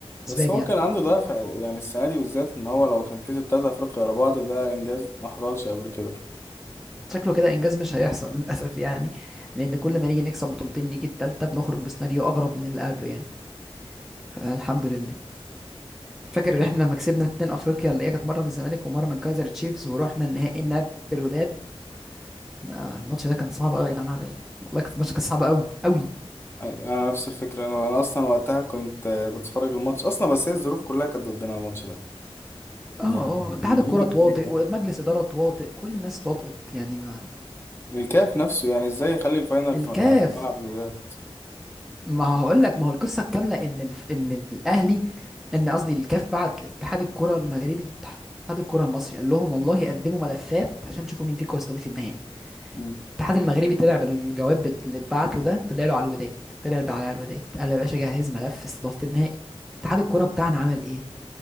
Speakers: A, on the left; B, in the centre.
A: بس
B: اسباب
A: هو
B: يعني
A: كان عنده دافع يعني السنه دي بالذات ان هو لو كان كسب تلاتة افريقيا ورا بعض ده انجاز ما حصلش قبل كده
B: شكله كده انجاز مش هيحصل <laughs> للاسف يعني لان كل ما نيجي نكسب بطولتين نيجي التالتة بنخرج بسيناريو اغرب من اللي قبله يعني فالحمد لله فاكر ان احنا لما كسبنا اتنين افريقيا اللي هي كانت مره من الزمالك ومره من كايزر تشيفز ورحنا النهائي نقابل الوداد احنا الماتش ده كان صعب قوي يا جدعان عليا والله كان الماتش كان صعب قوي قوي
A: أي- انا نفس الفكره انا انا اصلا وقتها كنت آه، بتفرج الماتش اصلا بس هي الظروف كلها كانت ضدنا الماتش ده
B: اه اه
A: يعني الموضوع
B: آه. اتحاد الكوره
A: ده
B: تواطئ
A: كان ليك حق.
B: ومجلس اداره تواطئ كل الناس اتواطئت يعني ما
A: الكاف نفسه يعني ازاي يخلي الفاينل
B: الكاف
A: في في ملعب الوداد
B: ما هقول لك ما هو القصه الكامله ان الف... ان الاهلي ان قصدي الكاف بعت لاتحاد الكوره المغربي واتحاد الكوره المصري قال لهم والله قدموا ملفات عشان تشوفوا مين فيكم هيستضيف النهائي
A: مم.
B: الاتحاد المغربي طلع بالجواب بت- اللي اتبعت له ده طلع له على الوداد طلع له على الوداد قال له يا باشا جهز ملف استضافة النهائي اتحاد الكوره بتاعنا عمل ايه